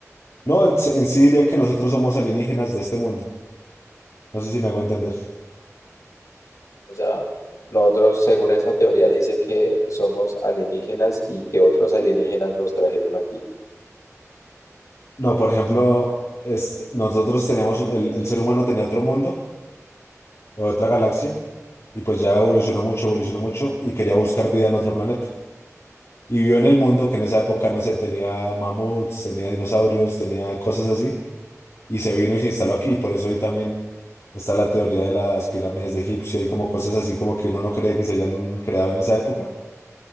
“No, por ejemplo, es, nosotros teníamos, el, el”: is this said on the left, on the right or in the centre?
Left